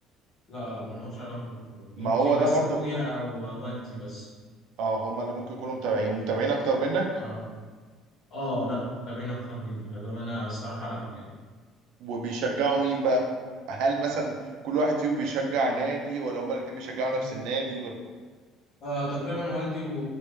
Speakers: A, on the left (about 45°); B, on the right (about 70°).
A: لا لا ما لهمش علاقة بالكورة يمكن
B: ما هو
A: بس
B: ده برضو
A: اخويا او والدي بس
B: اه هم اللي ممكن يكونوا متابعين ومتابعين اكتر منك
A: اه اه لا تابعين اكتر مني ده انا الصراحه لا يعني
B: وبيشجعوا مين بقى هل مثلا كل واحد فيهم بيشجع نادي ولا هم الاتنين بيشجعوا
A: مم.
B: نفس النادي ولا
A: آه تقريبا والدي و-